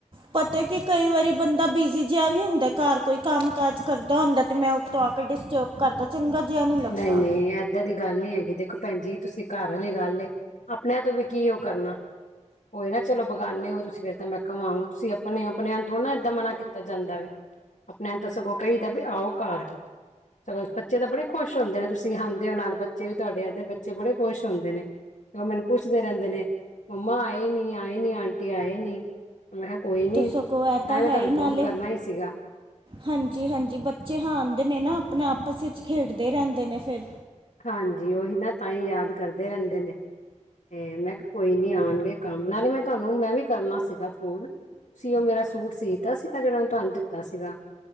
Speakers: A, on the right; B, on the left.
A: ਪਤਾ ਕੀ, ਕਈ ਵਾਰੀ ਬੰਦਾ ਬਿਜੀ ਜਿਹਾ ਵੀ ਹੁੰਦਾ। ਘਰ ਕੋਈ ਕੰਮ ਕਾਜ ਕਰਦਾ ਹੁੰਦਾ ਤੇ ਮੈਂ ਤਾਂ ਅ ਕੇ ਡਿਸਟਰਬ ਕਰਤਾ, ਚੰਗਾ ਜਿਹਾ ਨਹੀਂ ਲੱਗਦਾ
B: ਨਹੀਂ ਨਹੀਂ ਐ ਇੱਦਾਂ ਦੀ ਗੱਲ ਨੀ ਹੈਗੀ ਦੇਖੋ ਭੈਣ ਜ, ਤੁਸੀਂ ਘਰ ਵਾਲੀ ਗੱਲ ਏ, ਆਪਣਿਆਂ ਤੋਂ ਵੀ ਕੀ ਉਹ ਕਰਨਾ। ਹੋਏ ਨਾ ਚਲੋ, ਬਗਾਨੇ ਹੋ ਤੁਸੀਂ ਫਿਰ ਤਾਂ ਮੈਂ ਕਵਾ, ਤੁਸੀਂ ਆਪਣੇ ਹੋ, ਆਪਣੇਿਆ ਨੂੰ ਥੋੜ੍ਹਾ ਨਾ ਏਦਾਂ ਮਨਾ ਕੀਤਾ ਜਾਂਦਾ ਵੇ। ਆਪਣੇ ਤਾਂ ਸਗੋਂ ਕਹੀਦਾ ਵੀ ਆਓ ਘਰ, ਸਗੋਂ ਬੱਚੇ ਤਾਂ ਬੜੇ ਖੁਸ਼ ਹੁੰਦੇ ਨੇ ਤੁਸੀਂ ਆਂਦੇ ਹੋ ਨਾਲ, ਬੱਚੇ ਵੀ ਤੁਹਾਡੇ ਆ ਬੱਚੇ ਬੜੇ ਖੁਸ਼ ਹੁੰਦੇ ਨੇ। ਸਗੋਂ ਮੈਨੂੰ ਪੁੱਛਦੇ ਰਹਿੰਦੇ ਨੇ, ਮੰਮਾ ਆਏ ਨੀ ਆਏ ਨੀ, ਆਂਟੀ ਆਏ ਨੀ। ਮੈਂ ਕਿਹਾ ਕੋਈ ਨੀ,
A: ਤੇ ਸਗੋਂ ਇਹ
B: ਤਾਂ ਹੀ
A: ਹੈ
B: ਮੈਂ ਤੁਹਾਨੂੰ
A: ਨਾਲੇ
B: ਫੋਨ ਕਰਨਾ ਹੀ ਸੀਗਾ।
A: ਹਾਂਜੀ ਹਾਂਜੀ, ਬੱਚੇ ਹਾਂਣ ਦੇ ਨੇ ਨਾ ਆਪਣਾ, ਆਪਸ ਵਿੱਚ ਖੇਡਦੇ ਰਹਿੰਦੇ ਨੇ ਫਿਰ।
B: ਹਾਂਜੀ ਉਹੀ ਨਾ, ਤਾਂ ਹੀ ਯਾਦ ਕਰਦੇ ਰਹਿੰਦੇ ਨੇ। ਤੇ ਮੈਂ ਕਿਹਾ ਕੋਈ ਨੀ ਆਉਣਗੇ ਕੰਮ, ਨਾਲੇ ਮੈਂ ਤੁਹਾਨੂੰ ਮੈਂ ਵੀ ਕਰਨਾ ਸੀਗਾ ਫੋਨ। ਤੁਸੀ ਉਹ ਮੇਰਾ ਸੂਟ ਸੀਤਾ ਸੀਗਾ, ਜਿਹੜਾ ਮੈਂ ਤੁਹਾਨੂੰ ਦਿ ਸੀਗਾ